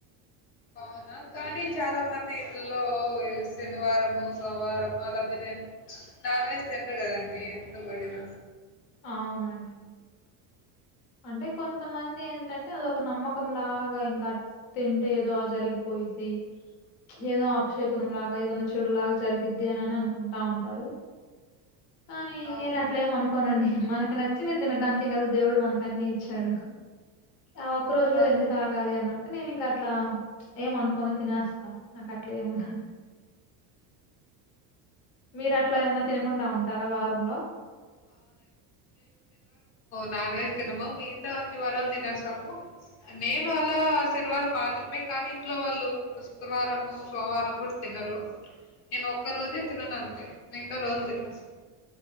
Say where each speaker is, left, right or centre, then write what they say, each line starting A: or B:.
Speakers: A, on the left (about 80°); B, on the left (about 50°).
A: అవునా కానీ చాలా మంది ఇందులో శనివారము సోమవారము అలాపోతే నాన్ వెెజ్ తింట కదాండి అంత వాడిద
B: అవునండి అంటే కొంతమంది ఏంటంటే అదొక నమ్మకం లాగా ఇంకా తింటే ఏదో అ జరిగిపోయిద్ది ఏదో ఆభిషేకనం లాగా ఏదైనా చెడు లాగా జరిగిది అని అని అనుకుంటా ఉంటారు కానీ
A: అవును
B: నేను అట్లే ఏమ అనుకోనండి మనకు నచ్చింది తినడాాకే కదా దేవుడు మనకు అన్నిీ ఇచ్చాడు ఆ ఒక్క రోజు కూడా
A: అవును
B: ఎందుకు కాగాలి అన్నట్టు నేను ఇంక అట్లా ఏమ అనుకోన తినేస్తాను నాకు అట్లా ఏముండ మీరు అట్లా ఏమై తినకుండా ఉంటారా వారంలో
A: నానే తినమ మిగతా అన్ని వారాలు తినేస్తాము నేను అలా శనివారం మాత్రమే కానీ ఇంట్లో వాళ్ళు శుక్రవారము సోమవారం కుడితే తన్నారు నేను ఒక్క రోజే తినను అంతే మిగతా రోజులు తినసు